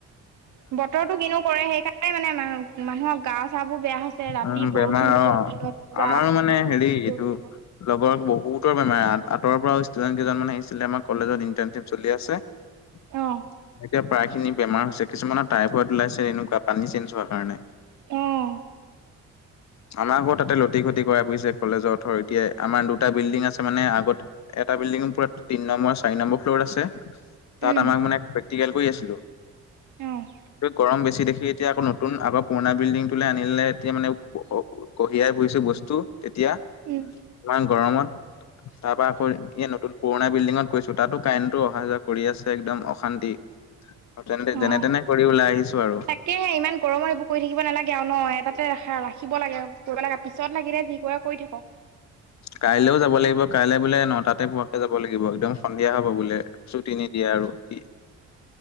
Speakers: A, on the right; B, on the left.
A: বতৰটো কিনো কৰে সেইকাৰণে মানে আমাৰ মানুহৰ গা চাবোৰ বেয়া হৈছে, ৰাতি
B: উম, বেমাৰ
A: বৰষুণ দিব
B: অ',
A: দিনত পুৰা
B: আমাৰো মানে
A: উ ৰ'দ
B: হেৰি এইটো
A: দিব।
B: লগৰ বহুতৰ বেমাৰ আঁতৰ পৰা ষ্টুডেণ্ট কেইজন মানে আহিছিলে আমাৰ কলেজত ইণ্টাৰ্নশ্বিপ চলি আছে। এতিয়া
A: অ',
B: প্ৰায় খিনি বেমাৰ হৈছে, কিছুমানৰ টাইফইড ওলাইছে, এনেকুৱা। পানী চেঞ্জ হোৱাৰ কাৰণে।
A: অ'।
B: আমাৰ ঘৰৰ তাতেই লটি ঘটি কৰাই ফুৰিছে, কলেজৰ অথৰিটিয়ে, আমাৰ দুটা বিল্ডিং আ আছে মানে আগত এটা বিল্ডিঙত পুৰা তিনি নম্বৰ চাৰি নম্বৰ ফ্ল'ৰত আছে। তাত
A: উম,
B: আমাৰ মানে প্ৰেক্টিকেল কৰি আছিলোঁ,
A: অ',
B: গৰম বেছি দেখি এতিয়া আকৌ নত নতুন আগৰ পুৰণা বিল্ডিংটোলে আনিলে, এতিয়া মানে কঢ়িয়াই ফুৰিছোঁ বস্তু। তেতিয়া,
A: উম,
B: ইমান গৰমত তাৰ পৰা আকৌ এ, নতুন পুৰণা বিল্ডিঙত গৈছোঁ। দুটাটো কাৰেণ্টটো অহা যোৱা কৰি আছে, একদম অশান্তি। আৰু তেনে
A: অ'।
B: যেনে তেনে কৰি ওলাই আহিছোঁ আৰু।
A: তাকেহে ইমান গৰমত এইবোৰ কৰি থাকিব নালাগে আৰু ন, এটাতে ৰাখা ৰাখিব লাগে, কৰিব লাগে, পিছত লাগিলে কি কৰে কৰি থাকক।
B: কাইলেও যাব লাগিব, কাইলে বোলে নটাতে পোৱাকে যাব লাগিব একদম। সন্ধিয়া হ'ব বোলে, ছুটি নিদিয়ে আৰু কি।